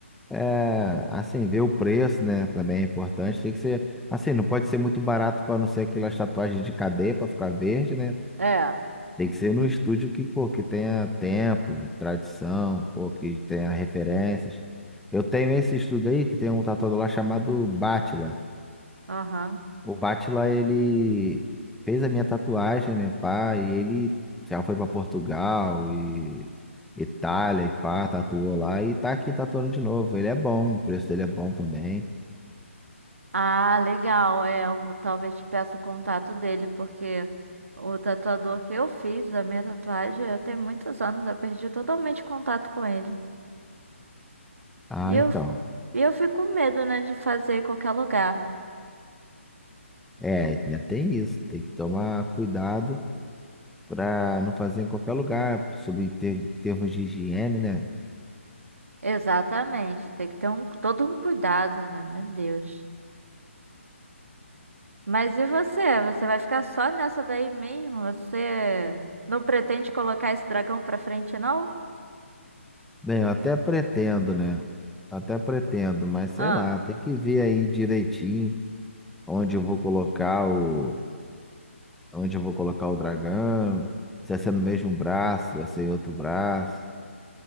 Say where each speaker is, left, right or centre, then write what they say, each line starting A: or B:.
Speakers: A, in the centre; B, on the right.
A: é, assim, ver o preço, né? Também é importante. Tem que ser, assim, não pode ser muito barato para não ser aquelas tatuagens de cadeia para ficar verde, né?
B: É,
A: Tem que ser num estúdio que, pô, que tenha tempo, tradição, pô, que tenha referências. Eu tenho esse estúdio aí que tem um tatuador lá chamado Batila.
B: aham.
A: O Batila, ele fez a minha tatuagem, né, pá, e ele já foi pra Portugal e Itália e pá, tatuou lá e tá aqui tatuando de novo. Ele é bom, o preço dele é bom também.
B: Ah, legal. É, eu vou- talvez te peça o contato dele, porque o tatuador que eu fiz, a minha tatuagem, eu tenho muitos anos, eu perdi totalmente contato com ele.
A: Ah,
B: E eu,
A: então.
B: e eu fico com medo, né, de fazer em qualquer lugar.
A: É, ainda tem isso, tem que tomar cuidado para não fazer em qualquer lugar, sobre ter, termos de higiene, né?
B: Exatamente. Tem que ter um, todo um cuidado, né? Meu Deus. Mas e você? Você vai ficar só nessa daí mesmo? Você não pretende colocar esse dragão pra frente, não?
A: Bem, eu até pretendo, né? Até pretendo, mas sei
B: Ah.
A: lá, tem que ver aí direitinho onde eu vou colocar o, onde eu vou colocar o dragão, se vai ser no mesmo braço, vai ser em outro braço.